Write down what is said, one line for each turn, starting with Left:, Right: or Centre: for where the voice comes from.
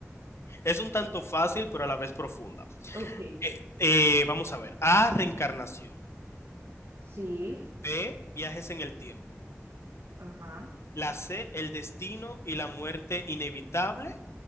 Left: Es un tanto fácil, pero a la vez profunda.
Right: ok.
Left: Eh, eh, vamos a ver. A, reencarnación.
Right: Sí,
Left: B, viajes en el tiempo.
Right: ajá.
Left: La C, el destino y la muerte inevitable.